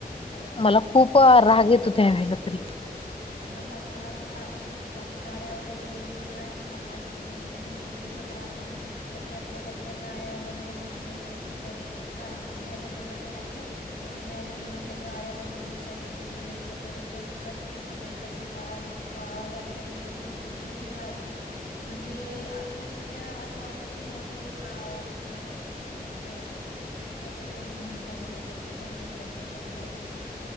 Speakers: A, on the left; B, on the left.
A: हो,
B: मला
A: नक्कीच
B: खूप राग येतो त्या वला तरी ह
A: मला मला तर त्रासच होतो कारण गाड्या वगैरे दयला ना मला आधीच म्हणजे ते डोक ते दुखीचा त्रास आहे ना तर त्यातल्या त्यात त्या गाड्या वगैरे मोठ्या आमच्या इथच शेजारी लॉन्ग रीडिंग झालेल्या असेल विमान प्रवासी बसण्याचे तयार आहेत. त्या गाड्या जातात ना काहीत बुलेट तर एकदम क कसा तरी करकश आवाज असत. तर तो आवाज ऐकल्याने माझी एकदम चिडचिड व्हायला लागते. म्हणजे अक्षरश त्या असं वाटतं की नको हा आवाजच नको म्हणजे एवढं. प्रदूषण म्हणता येईल आपल्याला ते ध्वनी प्रदूषण होत असतं.